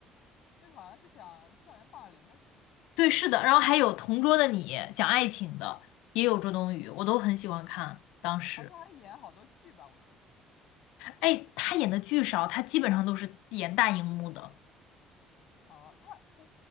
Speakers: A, on the left; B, on the left.
A: 这个好像是讲校园霸凌的事。
B: 对，是的。然后还有《同桌的你》讲爱情的，也有周冬雨，我都很喜欢看。当时，
A: 啊，他还演好多剧吧，我记得。
B: 哎，她演的剧少，她基本上都是演大荧幕的。
A: 哦、他他，